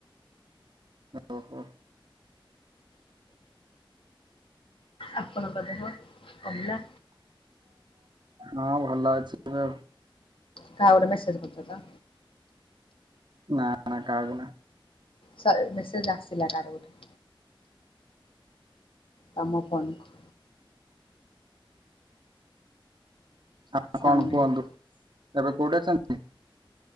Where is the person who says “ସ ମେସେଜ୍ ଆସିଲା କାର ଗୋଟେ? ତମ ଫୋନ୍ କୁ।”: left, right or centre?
Left